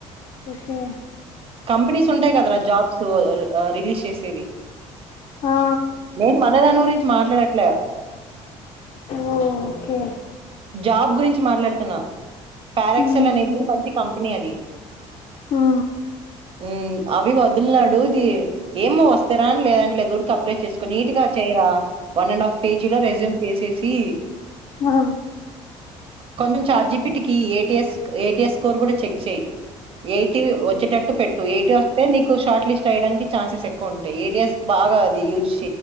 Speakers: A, on the left (about 50°); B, on the right (about 45°).
A: okay
B: companies ఉంటాయి కదరా జాబ్స్ హు రిలీషిస్ ఇది
A: ఆ
B: నేను మనదాని గురించి మాట్లాడట్లే
A: ఓఓకే
B: జాబ్ గురించి మాట్లాడుతున్నా పార
A: హ్మ్
B: ఎక్సల్ అనేది
A: అదే
B: మంచి కంపెనీ అది
A: ఆ
B: హ్మ్ అవి వదులిన్నాడు ఇది ఏమో వస్తారా అని లేదాట్లేదురుకు అప్లై చేసుకోని నీట్గా చేయరా వన్ అండ్ హాఫ్ పేజీలో రెజ్యూమ్ చేసేసి
A: ఆ
B: కొంచెం చార్జిపిటికి ఏటీఎస్ ఏటిఎస్ స్కోర్ కూడా చెక్ చేయి ఎయిటీ వచ్చేటట్టు పెట్టు ఎయిటీ వస్తే నీకు షార్ట్ లిస్ట్ అయ్యడానికి ఛాన్సెస్ ఎక్కువ ఉంటాయి ఏటీఎస్ బాగా అది యూజ్